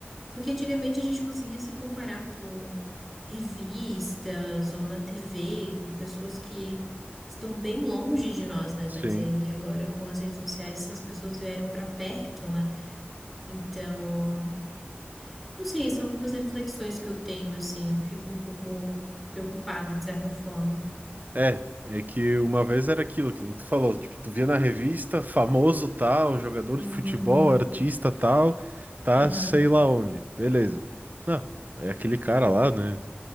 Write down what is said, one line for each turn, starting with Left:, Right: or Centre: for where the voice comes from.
Centre: Porque antigamente a gente conseguia se comparar por revistas ou na TV, com pessoas que estão bem longe de nós, né?
Right: Sim.
Centre: Mas aí agora com as redes sociais essas pessoas vieram para perto, né? Então, não sei, são algumas reflexões que eu tenho, assim, fico um pouco preocupada de certa forma.
Right: É, é que uma vez era aquilo que nem tu falou, tipo, tu via na revista, famoso tal, jogador
Centre: Uhum,
Right: de futebol, artista tal, tá
Centre: aham,
Right: sei lá onde, beleza. Não, é aquele cara lá, né?